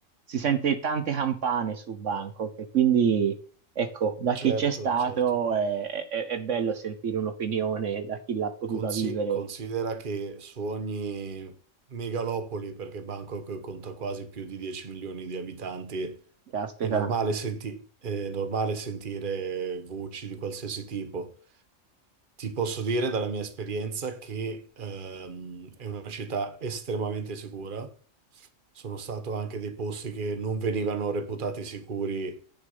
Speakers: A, on the right; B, on the right.
A: Si sente tante campane su Bangkok e quindi, ecco, da
B: certo,
A: chi c'è stato
B: certo.
A: è, è- è bello sentire un'opinione da chi l'ha potuta
B: Consi-
A: vivere.
B: considera che su ogni megalopoli, perché Bangkok conta quasi più di 10 milioni di abitanti,
A: Caspita,
B: è normale, senti- è normale sentire voci di qualsiasi tipo. Ti posso dire dalla mia esperienza che ehm, è una città estremamente sicura. Sono stato anche dei posti che non venivano reputati sicuri